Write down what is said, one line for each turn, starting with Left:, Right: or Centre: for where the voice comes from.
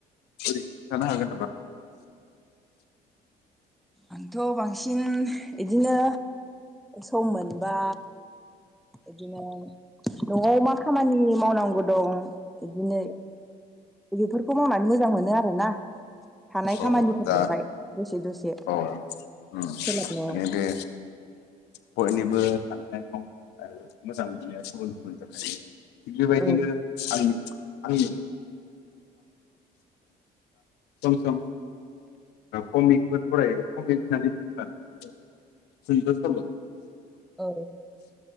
Left: बोरै खोनथानो हागोन नामा?
Centre: आंथ' बांसिन इदिनो सम मोनबा इदिनो न'आव मा खामानि मावनांगौ दं इदिनो बेफोरखौ मावनानै मोजां मोनो आरोना थानाय खामानिफोरखौहाय
Left: औ दा
Centre: दसे दसे
Left: औ उम
Centre: सोलाबनायाव
Left: माने बे बयनिबो साननाय-मावनाया आरो मोजां मोननाया गुबुन गुबुन जाखायो। बेबायदिनो
Centre: औ
Left: आंनि आंनि <inaudible> जों कमिफो फरायो कमेट होननानै जोंथ' सल'
Centre: औ